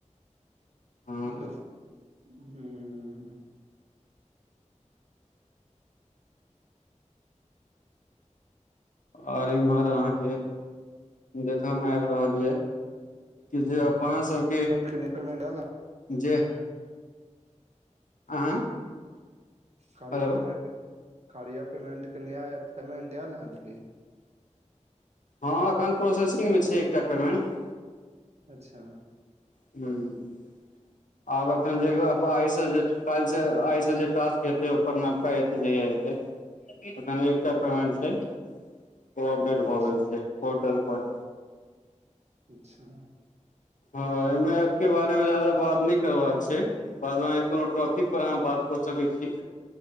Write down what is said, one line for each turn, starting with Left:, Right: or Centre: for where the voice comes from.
Left: हँ
Right: <inaudible> हुं
Left: और इम्हर अहां के देखय में आबि रहल ये। कि जे अपना सब
Right: <unintelligible> पेमेन्ट <unintelligible>
Left: जे आँ
Right: कार्या
Left: हेलो
Right: पेमेन्ट कार्या पेमेन्ट कनि आइ पेमेंट आयल हें कि?
Left: हँ एखन प्रोसेसिंगमे छै एकटा पेमेन्ट।
Right: अच्छा
Left: <unintelligible> आब एखन जे <unintelligible> आइ से जे कालि से आइ से जे टास्क हेतै ओकर नवका एतै जहिया एतै। तखन एकटा पेमेंट छै। ओ अपडेट भऽ
Right: अच्छा
Left: गेल छै। पोर्टल पर
Right: अच्छा।
Left: हँ एहिमे एप के बारे मे जादा बात नहि करबाक छै। बाद मे अहां कोनो टॉपिक पर अहाँ बात कऽ सकैत छी।